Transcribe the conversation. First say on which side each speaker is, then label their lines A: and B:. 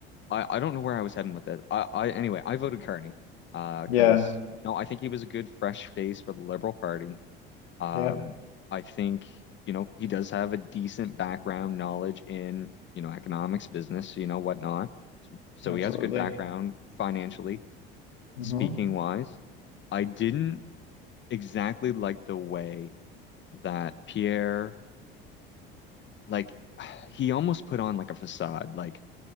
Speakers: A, on the left (about 40°); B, on the left (about 80°).
A: I I don't know where I was heading with it. I, I anyway I voted Carney uh because
B: Yeah,
A: you know I think he was a good fresh face for the Liberal Party. Um,
B: yeah,
A: I think you know he does have a decent background knowledge in you know economics, business, you know whatnot. So, so
B: absolutely.
A: he has a good background financially
B: Mm-hmm.
A: speaking wise. I didn't exactly like the way that Pierre like <sighs> he almost put on like a facade like